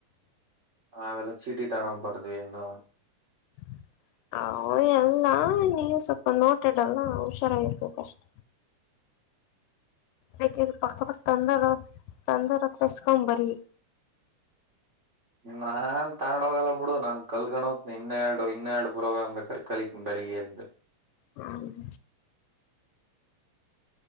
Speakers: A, on the right; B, on the left.
A: ನಾವೆಲ್ಲ ಚೀಟಿ ತಾಣೋಗ್ ಬರ್ದ್ವಿ ಎಂದ
B: <inaudible> ಹ ಎಲ್ಲ ನೀವು ಸ್ವಲ್ಪ ನೋಟಾಡಲ್ಲ ಹುಷಾರ ಇರ್ಬೇಕಷ್ಟ ಹ ಅತ ಪಕ್ಕ ಪಕ್ಕ ತಂದರ ತಂದರ ಹತ್ರ ಎಸ್ಕೊ ಬರ <inaudible>
A: ನಿಮ್ಮ ಹ ಅಂತ ಆಡೋಗಲ್ಲ ಬಿಡು ನಾನ್ ಕಲ್ಕೊಂಡ ಹೋ್ನಿ ಇನ್ನ ಎರಡು ಇನ್ನೆರಡು ಪ್ರೋಗ್ರಾಮ್ ಬೇಕಾದಾರೆ ಕಲಿತಿನನಿ ಬೆಳಗ್ಗೆ ಎಂತ
B: ಹ್ಮ್